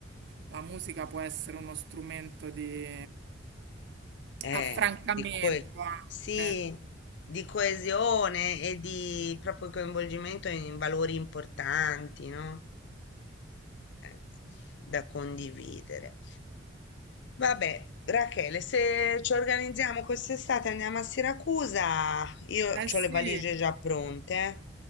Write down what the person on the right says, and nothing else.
la musica può essere uno strumento di
affrancamento
anche.
Eh
sì.